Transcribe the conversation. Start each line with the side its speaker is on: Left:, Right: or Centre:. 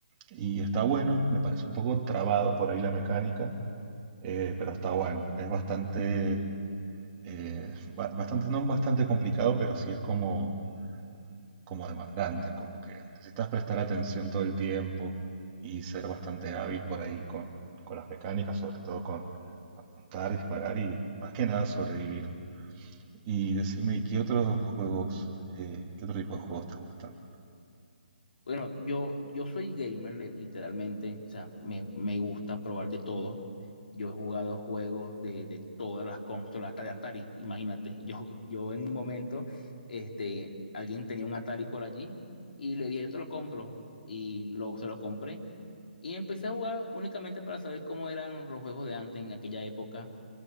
Right: Y está bueno, me parece un poco trabado por ahí la mecánica, eh, pero está bueno. Es bastante, eh, ba- bastante, no bastante complicado, pero sí es como, como demandante, como que necesitas prestar atención todo el tiempo y ser bastante hábil por ahí con, con las mecánicas, sobre todo con apuntar, disparar y más que nada sobrevivir. Y decime, ¿y qué otros juegos, eh, qué otro tipo de juegos te gustan?
Left: Bueno, yo, yo soy gamer, le- literalmente, o sea, me, me gusta probar de todo. Yo he jugado juegos de, de todas las consolas, hasta de Atari, imagínate. Yo, yo en un momento, este, alguien tenía un Atari por allí y le dije, yo te lo compro. Y lo, se lo compré. Y empecé a jugar únicamente para saber cómo eran los juegos de antes en aquella época.